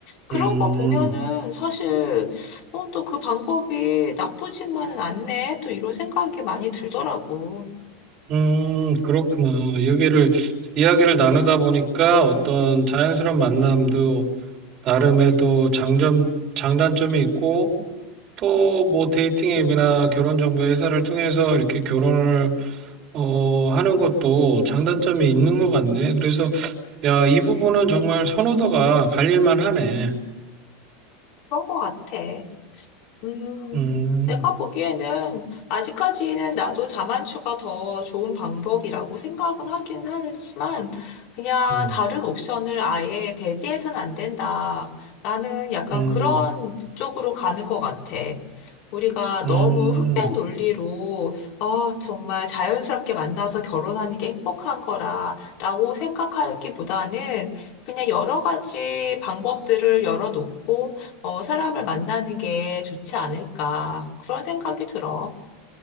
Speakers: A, on the left (about 50°); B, on the right (about 40°).
A: 그런
B: 음,
A: 거 보면은 사실, 어, 또 그 방법이 나쁘지만은 않네. 또 이런 생각이 많이 들더라고.
B: 음, 그렇구나. 여기를, 이야기를 나누다 보니까 어떤 자연스러운 만남도 나름의 또 장점, 장단점이 있고, 또 뭐 데이팅 앱이나 결혼 정보 회사를 통해서 이렇게 결혼을 어, 하는 것도 장단점이 있는 것 같네. 그래서 야, 이 부분은 정말 선호도가 갈릴만 하네.
A: 그런 거 같아. 음,
B: 음,
A: 내가 보기에는 아직까지는 나도 자만추가 더 좋은 방법이라고 생각은 하긴 하지만 그냥
B: 음,
A: 다른 옵션을 아예 배제해서는 안 된다라는 약간
B: 음,
A: 그런 쪽으로 가는 것 같아. 우리가
B: 음,
A: 너무 흑백 논리로 아, 정말 자연스럽게 만나서 결혼하는 게 행복한 거라라고 생각하기보다는 그냥 여러 가지 방법들을 열어놓고 어, 사람을 만나는 게 좋지 않을까. 그런 생각이 들어.